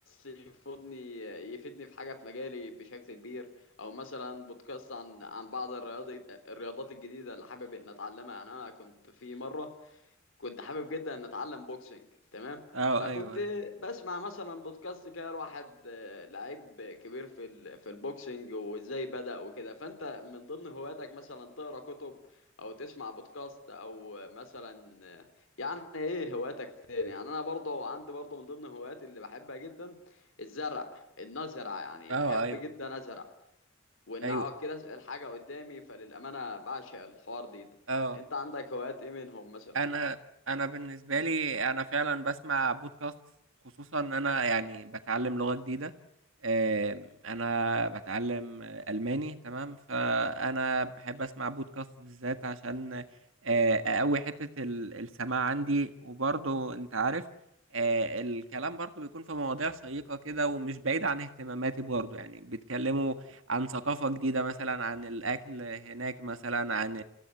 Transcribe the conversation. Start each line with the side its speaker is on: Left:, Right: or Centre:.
Left: يفيدني يفيدني في حاجه في مجالي بشكل كبير او مثلا بودكاست عن عن بعض الرياضي الرياضات الجديده اللي حابب ان اتعلمها يعني انا كنت في مره كنت حابب جدا ان اتعلم بوكسنج تمام
Right: أه
Left: فكنت
Right: أيوه
Left: بسمع مثلا بودكاست كده واحد آه، لعيب كبير في ال- في البوكسنج وازاي بدأ وكده فانت من ضمن هواياتك مثلا تقرا كتب او تسمع بودكاست او آه، مثلا آه، يعني ايه هواياتك تاني يعني انا برضه عندي برضه من ضمن هواياتي اللي بحبها جدا الزرع ان ازرع يعني
Right: أه
Left: بحب
Right: أيوه
Left: جدا ازرع وان
Right: أيوه
Left: اقعد كده اسال حاجه قدامي فللامانه بعشق الحوار دي, ده
Right: أه
Left: انت عندك هوايات ايه منهم مثلا
Right: انا انا بالنسبه لي انا فعلا بسمع بودكاست خصوصا ان انا يعني بتعلم لغه جديده آم، انا بتعلم آه، الماني تمام فانا بحب اسمع بودكاست بالذات عشان آه، اقوي حته ال- السماع عندي وبرضه انت عارف آه، الكلام برضه بيكون في مواضيع شيقه كده ومش بعيد عن اهتماماتي برضه يعني بيتكلموا عن ثقافه جديده مثلا عن الاكل هناك مثلا عن